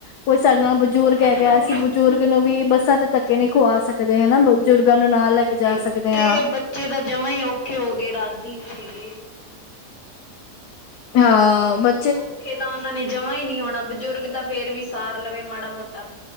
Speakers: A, on the left; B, on the left.
A: ਕੋਈ ਸਾਡੇ ਨਾਲ ਬਜ਼ੁਰਗ ਹੈਗਾ
B: ਕਿਉਂਕਿ
A: ਅਸੀਂ ਬਜ਼ੁਰਗ ਨੂੰ ਵੀ ਬੱਸਾਂ ਤੇ ਧੱਕੇ ਨਹੀ ਖੁਵਾ ਸਕਦੇ ਹਨਾ ਬਜ਼ੁਰਗ ਗਾ ਨੂੰ ਨਾਲ ਲੈ
B: ਹਾਂਜੀ
A: ਕੇ ਜਾ ਸਕਦੇ
B: ਤੇ
A: ਹਾਂ
B: ਬੱਚੇ ਦਾ ਜਮ੍ਹਾਂ ਹੀ ਔਖੇ ਹੋ ਗਏ ਰਾਜੀ ਨਹੀਂ ਹੈਗੇ
A: ਹਾਂ, ਬ
B: ਔਖੇ ਤਾਂ ਉਹਨਾ ਨੇ ਜਮਾ ਹੀ ਨਹੀ ਹੋਣਾ ਬਜ਼ੁਰਗ ਤਾਂ ਫੇਰ ਵੀ ਸਾਰ ਲਵੇ ਮਾੜਾ ਮੋਟਾ